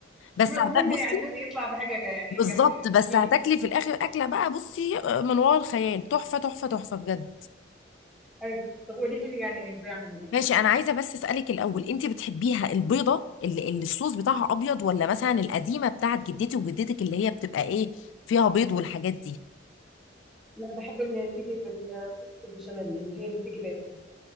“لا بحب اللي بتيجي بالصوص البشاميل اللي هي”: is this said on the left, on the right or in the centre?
Centre